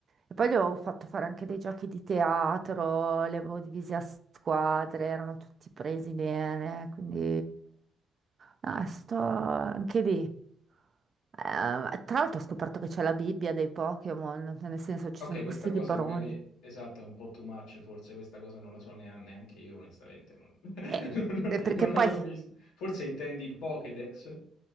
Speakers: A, on the right; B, on the left.
A: e poi gli avevo fatto fare anche dei giochi di teatro, li avevo divisi a squadre, erano tutti presi bene, quindi no, sto anche lì. Eh, tra l'altro ho scoperto che c'è la Bibbia dei Pokémon, nel senso ci
B: Ok,
A: sono
B: questa
A: questi
B: cosa
A: libroni.
B: magari, esatto, è un po' too much, forse questa cosa non la so nea- neanche io, onestamente, non, <laughs>
A: E-
B: non,
A: e perché
B: non l'avevo
A: poi
B: vista. Forse intendi il Pokédex